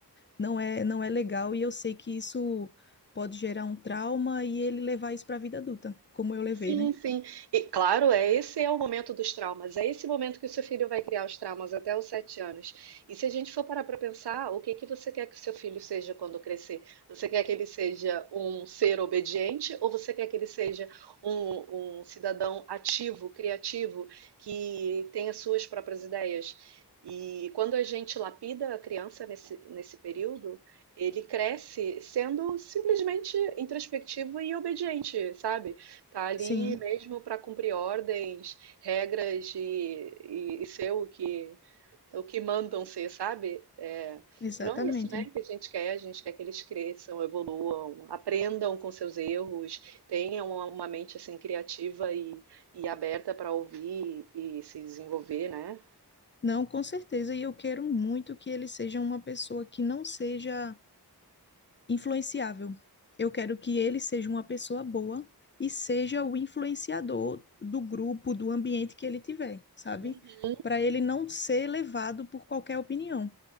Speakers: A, on the left; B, on the right.
A: não é, não é legal e eu sei que isso pode gerar um trauma e ele levar isso para a vida adulta, como eu levei,
B: Sim,
A: né?
B: sim. E claro, é esse é o momento dos traumas. É esse momento que o seu filho vai criar os traumas até os sete anos. E se a gente for parar para pensar, o que que você quer que o seu filho seja quando crescer? Você quer que ele seja um ser obediente ou você quer que ele seja um, um cidadão ativo, criativo, que tenha suas próprias ideias? E quando a gente lapida a criança nesse, nesse período, ele cresce sendo simplesmente introspectivo e obediente, sabe? Tá ali
A: Sim,
B: mesmo para cumprir ordens, regras e, e- e ser o que, o que mandam ser, sabe? É,
A: exatamente.
B: e não é isso, né, que a gente quer. A gente quer que eles cresçam, evoluam, aprendam com seus erros, tenham uma, uma mente assim criativa e, e aberta para ouvir e se desenvolver, né?
A: Não, com certeza. E eu quero muito que ele seja uma pessoa que não seja influenciável. Eu quero que ele seja uma pessoa boa e seja o influenciador do grupo, do ambiente que ele tiver, sabe?
B: Uhum.
A: Para ele não ser levado por qualquer opinião.